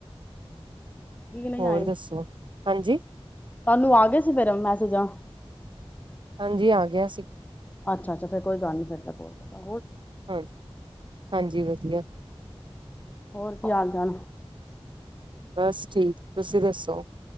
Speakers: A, on the left; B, on the right.
A: ਕੀ ਨਹੀਂ
B: ਹੋਰ
A: ਆਏ
B: ਦੱਸੋ? ਹਾਂਜੀ।
A: ਤੁਹਾਨੂੰ ਆ ਗੇ ਸੀ ਫੇਰ ਮੈਸੇਜਾਂ।
B: ਹਾਂਜੀ ਆ ਗਿਆ ਸੀ।
A: ਅੱਛਾ ਅੱਛਾ, ਫੇਰ ਕੋਈ ਗਲ ਨੀ ਫੇਰ ਤਾ ਕੋਲ ਦੇਤਾ।
B: ਹਾਂਜੀ ਹਾਂਜੀ ਵਧੀਆ।
A: ਹੋਰ ਕੀ ਹਾਲ ਚਾਲ।
B: ਬਸ ਠੀਕ। ਤੁਸੀਂ ਦੱਸੋ।